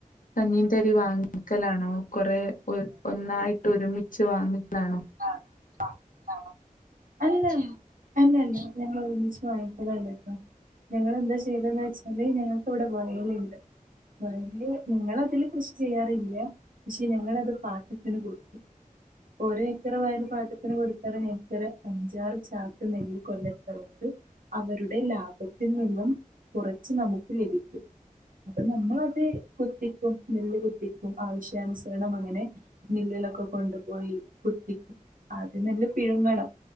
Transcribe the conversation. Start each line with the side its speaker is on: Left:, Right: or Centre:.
Left: കഞ്ഞിന്റരി വാങ്ങ ക്കലാണോ കൊറേ ഒര് ഒന്നായിട്ട് ഒരുമിച്ച് വാങ്ങിക്കലാണോ
Right: ആഹ് ആഹ് ആഹ് അല്ല അല്ലല്ല ഞങ്ങള് ഒരുമിച്ച് വാങ്ങിക്കലല്ല ട്ടോ ഞങ്ങളെന്താ ചെയ്യല് ന്ന് വെച്ചാല് ഞങ്ങൾക്ക് ഇവിടെ വയല്ണ്ട് വയല് ഞങ്ങളതില് കൃഷി ചെയ്യാറില്ല പക്ഷെ ഞങ്ങളത് പാട്ടത്തിന് കൊടുക്കും ഒരേക്കറ വയല് പാട്ടത്തിന് കൊടുത്തല് ഞങ്ങക്കെര് അഞ്ചാറ് ചാക്ക്‌ നെല്ല് കൊല്ല അതായത് അവരുടെ ലാഭത്തിൽ നിന്നും കുറച്ച് നമുക്ക് ലഭിക്കും അപ്പള് നമ്മളത് കുത്തിക്കും നെല്ല് കു കുത്തിക്കും. ആവശ്യാനുസരണം അങ്ങനെ മില്ലിലൊക്കെ കൊണ്ടുപോയി കുത്തിക്കും ആദ്യം നെല്ല് പിഴുങ്ങണം